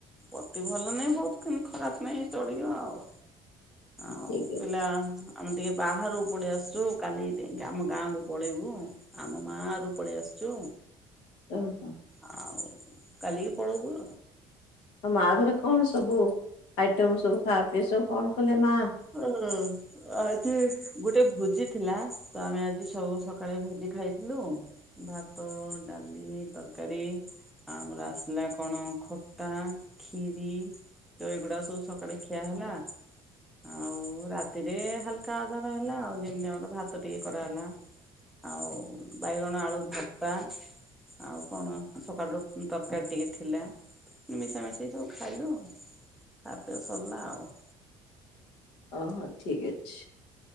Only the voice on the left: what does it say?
ଠିକ ଅଛି
ଓହ
ମା ଘରେ କଣ ସବୁ ଆଇଟମ ସବୁ ଖାପିଅ ସବୁ କଣ କଲେ ମା?
ଓହୋ ଠିକ୍ ଅଛି